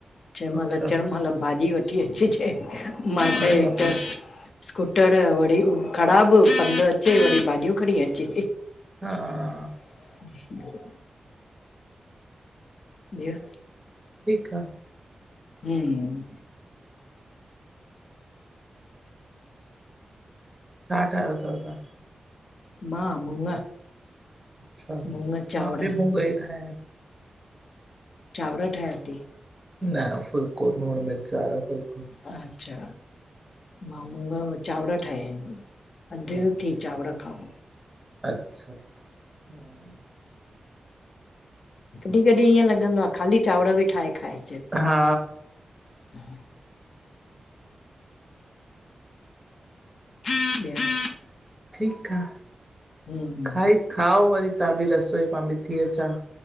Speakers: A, on the left (about 75°); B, on the right (about 20°).
A: चयोमास
B: अच्छा
A: अचन मल भाॼी वठ अच जे मथ
B: अरे
A: हिकु
B: बाप
A: त
B: रे
A: स्कूटर वरी ख़राब पंध अचे वरी भाॼियूं खणी अचे।
B: हा
A: <inaudible> जीअ
B: ठीक आ।
A: हम्म
B: छा ठाहियो थव तव्हां?
A: मां मुङ
B: अच्छा
A: मुङ चांवर
B: मां बि मूंगई ठाया इन
A: चांवर ठाहिया थी।
B: न फुलको लूण मिर्च वारो फुलको
A: अच्छा मां मुङ चांवर ठाहिया आहिन। अध
B: अच्छा
A: थी चांवर खाओ
B: अच्छा हम्म,
A: कॾी कॾी इअं लॻंदो आ। ख़ाली चांवर बि ठाहे खाइ
B: हा
A: <inaudible> <inaudible>
B: ठीक आ,
A: हम्म
B: खाई खाओ वरी तव्हां बि रसोई मां बि थी अचां।